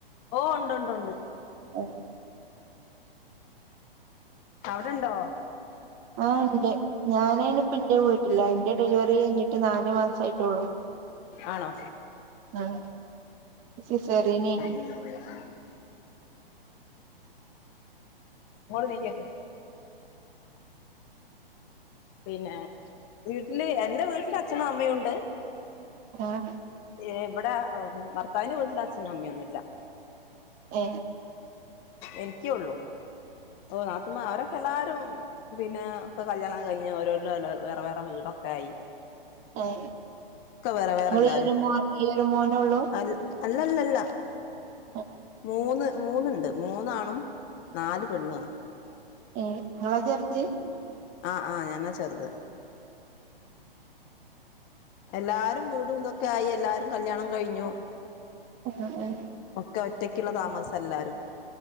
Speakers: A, on the left; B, on the right.
A: ഓ ഉണ്ട് ഉണ്ട് ഉണ്ട്..
B: <unintelligible>
A: അവിടുണ്ടോ..
B: ആ ഉണ്ട് ഞാനയിന്പ്പന്റെ വീട്ടില്ല എന്റെ ഡെലിവറി കഴിഞ്ഞിട്ട് നാലു മാസം ആയിട്ടെള്ളൂ
A: ആണോ
B: ആഹ് സിസേറിയനെയ്ന്ന്
A: <inaudible> ഇങ്ങോട്ട്‌ നീക്കി വെക്ക് പിന്നെ വീട്ടില് എന്റെ വീട്ടില് അച്ഛനും അമ്മയും ഉണ്ട്
B: ആഹ്
A: ഏ ഇവിടെ ഭർത്താവിന്റെ വീട്ടിൽ അച്ഛനും അമ്മയൊന്നും ഇല്ല
B: ഏ
A: എനിക്കെ ഉള്ളൂ ഓ നാത്തുമ്മാര് അവരൊക്കെ എല്ലാരും പിന്നെ ഒക്കെ കല്യാണം കഴിഞ്ഞ് ഓരോല്ലും ഓല് വേറെ വേറെ വീടൊക്കെ ആയി
B: ഉം
A: ഒക്കെ വേറെ വേറെ
B: നിങ്ങൾ
A: എല്ലാരും
B: ഈ ഒര് മോൻ ഈഒര് മോനെള്ളൂ
A: അ അല്ലല്ലല്ല
B: ഉം..
A: മൂന്ന് മൂന്നുണ്ട് മൂന്നാണും നാല് പെണ്ണാ
B: ഏ ഇങ്ങാളാ ചെർത്
A: ആ ആ ഞാനാ ചെർത് എല്ലാരും വീടും ഇതൊക്കെ ആയി എല്ലാരും കല്യാണം കഴിഞ്ഞു
B: <inaudible>
A: ഒക്കെ ഒറ്റക്കുള്ള താമസം എല്ലാരും